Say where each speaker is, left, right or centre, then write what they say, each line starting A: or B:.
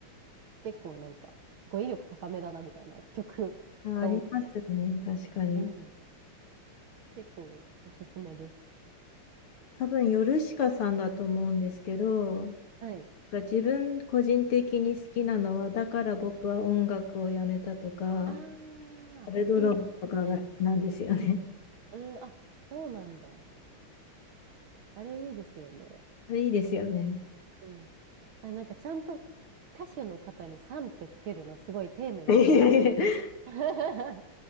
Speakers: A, on the right; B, on the left.
A: 結構なんか語彙力高めだなみたいな曲が多くて。
B: あ、ありますね。確かに。
A: うん結構おすすめです。
B: 多分、ヨルシカさんだと思うんですけど、
A: はい。
B: が自分個人的に好きなのは、だから僕は音楽をやめたとか、
A: ああ、
B: アルドロップとかが好きなんですよね。
A: いいですよね。うん、あ、そうなんだ。あれいいですよね。
B: <laughs> それいいですよね。
A: うん。あ、なんかちゃんと歌手の方にさんってつけるのすごい丁寧でいいです。
B: <laughs> そ
A: <laughs>